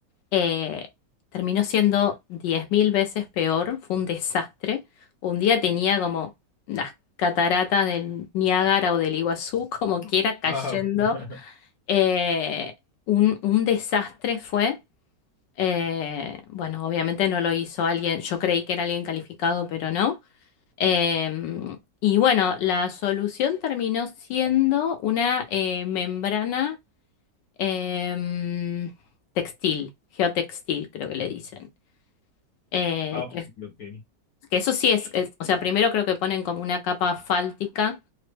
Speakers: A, on the left; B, on the left.
A: eh, terminó siendo 10.000 veces peor, fue un desastre. Un día tenía como las cataratas del Niágara o del Iguazú, <laughs> como quiera, cayendo.
B: Ah, <laughs>
A: Eh, un, un desastre fue. Eh, bueno, obviamente no lo hizo alguien, yo creí que era alguien calificado, pero no. Eh, y bueno, la solución terminó siendo una eh, membrana em, textil, geotextil, creo que le dicen. Eh,
B: ah, ok,
A: que,
B: ok.
A: que eso sí es, es- o sea, primero creo que ponen como una capa fáltica